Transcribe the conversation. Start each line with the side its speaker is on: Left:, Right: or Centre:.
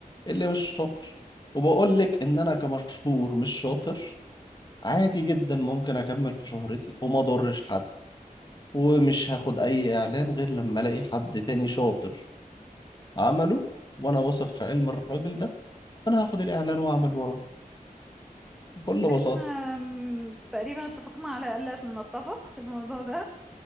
Left: اللي مش شاطر وبقول لك ان انا كمشهور مش شاطر عادي جدا ممكن اكمل في شهرتي وما اضرش حد ومش هاخد اي اعلان غير لما الاقي حد تاني شاطر عمله وانا واثق في علم الراجل ده فانا هاخد الاعلان واعمل وراه بكل
Centre: احنا
Left: بساطه
Centre: م- تقريبا اتفقنا على ألا نتفق في الموضوع ده